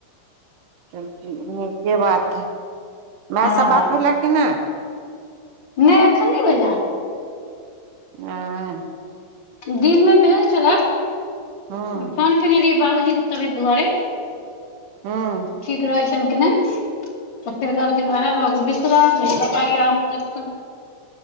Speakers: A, on the right; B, on the left.
A: चल नीके बात हइ माय
B: हँ
A: से बात भेलै कि नइ
B: नइ एखन नइ भेला
A: नइ
B: दिन मे भेल छलए
A: हँ
B: फोन केने रहिैअइ बाबूजी के तबियत दुआरे
A: हँ
B: ठीक रहै छनि कि नइ तऽ फेर कहलखिन उएह भऽ गेल <unintelligible>